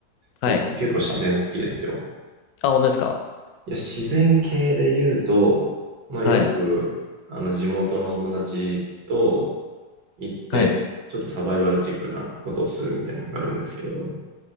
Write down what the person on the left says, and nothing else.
はい
あ本当ですか
はい
はい